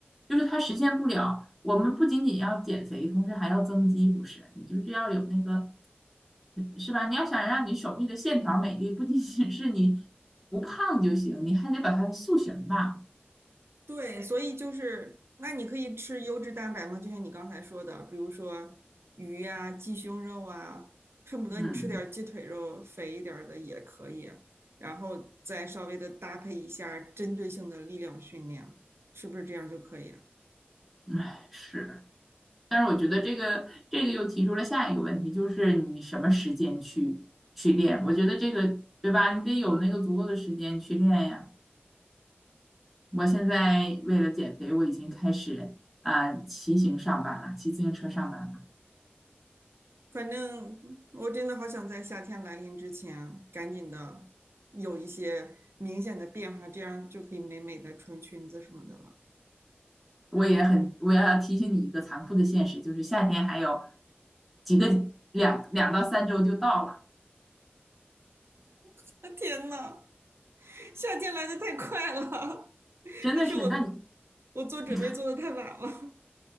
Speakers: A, in the centre; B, on the right.
A: 就是它实现不了。我们不仅仅要减肥，同时还要增肌，不是？你就是要有那个，是吧？你要想让你手臂的线条美丽，不仅仅是你不胖就行，你还得把它塑形吧。
B: 对，所以就是，那你可以吃优质蛋白吗？就像你刚才说的，比如说鱼呀、鸡胸肉啊，恨不得你吃点儿鸡腿肉，
A: 嗯，
B: 肥一点儿的也可以，然后再稍微的搭配一下针对性的力量训练，是不是这样就可以啊
A: 唉，是。但是我觉得这个这个又提出了下一个问题，就是你什么时间去去练？我觉得这个对吧？你得有那个足够的时间去练呀。我现在为了减肥，我已经开始啊、骑行上班了，骑自行车上班了。
B: 反正我真的好想在夏天来临之前，赶紧的有一些明显的变化，这样就可以美美的穿裙子什么的了。
A: 我也很，我要提醒你一个残酷的现实，就是夏天还有几个两两到三周就到了，
B: <laughs> 天呐！<laughs> 夏天来的太快了，<laughs>
A: 真的是。
B: 还是我
A: 但你
B: 我做准备做的太晚了。
A: 你看。